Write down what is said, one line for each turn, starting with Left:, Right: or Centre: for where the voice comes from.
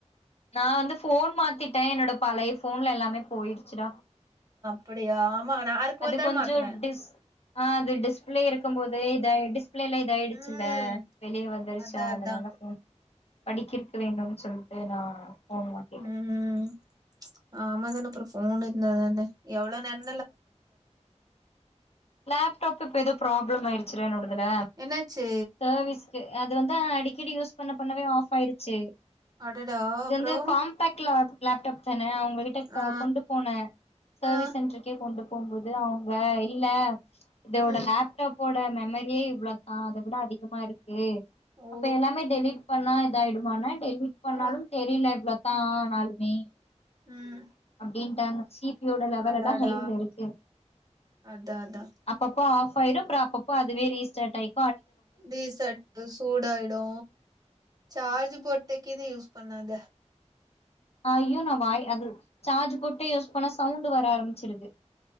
Left: நா வந்து போன் மாத்துட்டே என்னோட பழைய போன்ல எல்லாமே போயிருச்சுடா
Right: அப்புடியா ஆமா நா இருக்கும்
Left: அது
Right: போது தான
Left: கொஞ்சோ
Right: மாத்துன
Left: டிஸ் ஆ அது டிஸ்பிளே இருக்கும்போது இதாயி டிஸ் பிளேல இது ஆயிடுச்சுல்ல
Right: ம்
Left: வெளிய வந்துருச்சா
Right: அதா
Left: அதனால
Right: அதா
Left: போன் படிக்கிருக்க வேணுன்னு சொல்லிட்டு நா ஃபோன் வாங்கிட்டே
Right: உம் உம் ஆமா தனோ அப்பறோ போன் இருந்தா தான எவ்ளோ நேரோ
Left: லேப்டாப் இப்ப எதோ ப்ராப்ள ப்ளோ ஆயிடுச்சுட என்னோடது அதுல
Right: என்னாச்சு
Left: செர்விஸ்க்கு அது வந்து அடிக்கடி யூஸ் பண்ண பண்ணவே ஆஃப் ஆயிடுச்சு
Right: அடடா
Left: இது
Right: அப்றோ
Left: வந்து ஃகாம்பாக்ட்ல வந் லேப்டாப் தான அவ் உங்ககிட்ட கா
Right: ஆ
Left: கொண்டு போன சர்வீஸ்
Right: ஆ
Left: சென்ட்ரு கொண்டு போம்போது அவுங்க இல்ல இதோட
Right: ம்
Left: லேப்டாப் போட மெமரியே இவ்ளோதா அத விட அதிகமா இருக் கு
Right: ஓ
Left: அப்ப எல்லாமே டெலிட் பண்ணா இத ஆயிடுமானன் டெலிட் பண்ணாலு
Right: ஆ
Left: தெரில எவ்ள தான் நாலுமே
Right: உம்
Left: அப்டின்ட்டாங்க சீப் பியோட லெவல்
Right: அடாடா
Left: எல்லா ஹைல இருக்கு
Right: அதா அதா
Left: அப்பப்ப ஆஃப் பாய்டு ப்ரா அப்பப்ப அதுவே ரீஸ்டாட் ஆய்
Right: ரீஸ்டாட் சூடாய்டு சார்ஜு போட்டேக்கிது யூஸ் பண்ணாத
Left: ஐயோ நான் வாய் அது சார்ஜு போட்டே யூஸ் பணா சவுண்டு வர ஆரமிச்சிருது